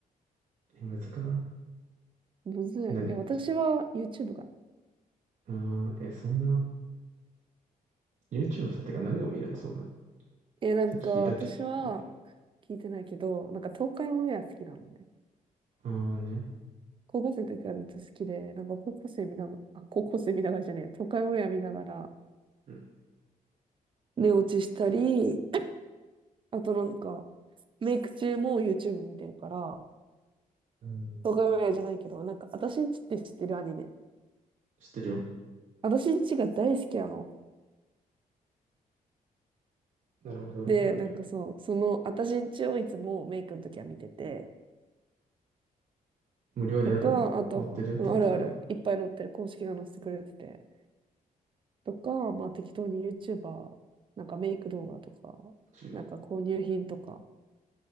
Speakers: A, on the right; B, on the right.
A: え、むずくない
B: むずい。
A: 何
B: え、私は YouTube かな。
A: うーん、え、そんな、YouTube さ、てか何を見るのそんなに。
B: え、なんか私は
A: さっき聞いたっけあ、あ
B: 聞いてないけど、なんか東海オンエア好きなのね。
A: ーね。
B: 高校生の時からずっと好きで、なんか高校生見ながあ、高校生見ながらじゃねえや、東海オンエア見ながら
A: うん。
B: 寝落ちしたり、あとなんかメイク中も YouTube 見てるから、
A: うん。
B: 東海オンエアじゃないけど、なんか私んちって知ってるアニメ。
A: 知ってるよ。
B: 私んちが大好きなの。
A: なるほどね。
B: で、
A: うん。
B: なんかそう、その私んちをいつもメイクの時は見てて、
A: 無料であるんだ。
B: とか、あとは、
A: 載ってるってことだよね。
B: うんあるある、いっぱい載ってる、公式が載せてくれてて、とか、まあ適当に YouTuber、なんかメイク動画とか、
A: YouTube。
B: なんか購入品とか、